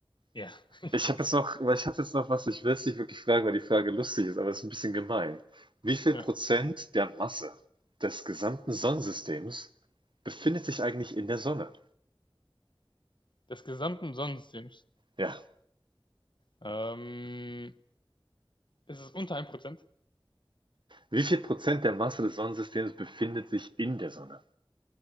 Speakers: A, on the left; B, on the right.
A: Ja, <laughs> ich
B: Ich
A: weiß.
B: habe jetzt noch, weil ich hatte jetzt noch was, ich will es nicht wirklich fragen, weil die Frage lustig ist, aber es ist ein bisschen gemein. Wie viel
A: Ja.
B: Prozent der Masse des gesamten Sonnensystems befindet sich eigentlich in der Sonne?
A: Des gesamten Sonnensystems.
B: Ja.
A: Ähm, ist es ist unter ein Prozent
B: Wie viel Prozent der Masse des Sonnensystems befindet sich in der Sonne?